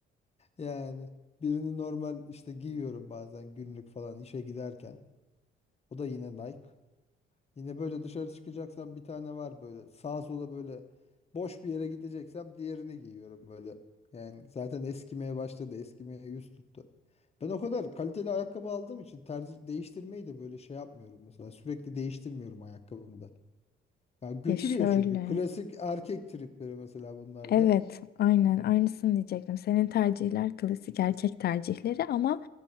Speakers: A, on the left (about 30°); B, on the left (about 50°).
A: Yani birini normal işte giyiyorum bazen günlük falan işe giderken. O da yine Nike. Yine böyle dışarı çıkacaksam bir tane var böyle. Sağa sola böyle boş bir yere gideceksem diğerini giyiyorum böyle. Yani zaten eskimeye başladı. Eskimeye yüz tuttu. Ben o kadar kaliteli ayakkabı aldığım için tercih değiştirmeyi de böyle şey yapmıyorum mesela. Sürekli değiştirmiyorum ayakkabımı da. Ya götürüyor
B: Ya şöyle.
A: çünkü. Klasik erkek tripleri mesela bunlar
B: Evet,
A: da.
B: aynen aynısını diyecektim. Senin tercihler klasik erkek tercihleri ama